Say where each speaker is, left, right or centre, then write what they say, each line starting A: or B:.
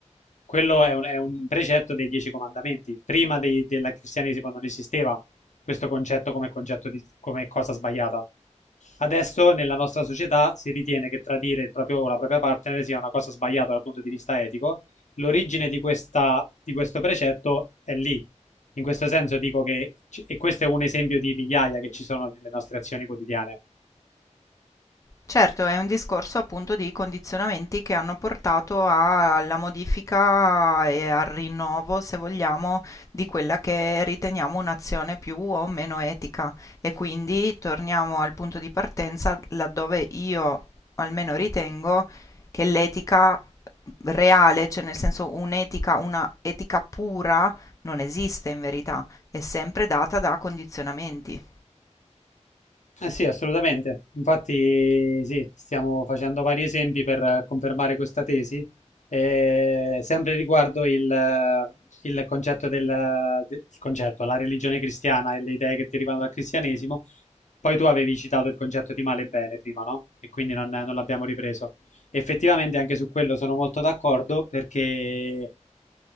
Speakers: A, on the left; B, on the left.
A: Quello è un, è un precetto dei Dieci Comandamenti. Prima dei- del cristianesimo non esisteva questo concetto come concetto di, come cosa sbagliata. Adesso nella nostra società si ritiene che tradire il proprio, la propria partner sia una cosa sbagliata dal punto di vista etico. L'origine di questa, di questo precetto è lì. In questo senso dico che, e questo è un esempio di migliaia che ci sono nelle nostre azioni quotidiane.
B: Certo, è un discorso appunto di condizionamenti che hanno portato a- alla modifica e al rinnovo, se vogliamo, di quella che riteniamo un'azione più o meno etica. E quindi torniamo al punto di partenza laddove io almeno ritengo che l'etica reale, cioè nel senso un'etica, una etica pura, non esiste in verità, è sempre data da condizionamenti.
A: Eh sì, assolutamente. Infatti, sì, stiamo facendo vari esempi per eh, confermare questa tesi, eh, sempre riguardo il, eh, il concetto del, de- il concetto, la religione cristiana e le idee che derivano dal cristianesimo. Poi tu avevi citato il concetto di male e bene prima, no? E quindi non, non l'abbiamo ripreso. Effettivamente anche su quello sono molto d'accordo perché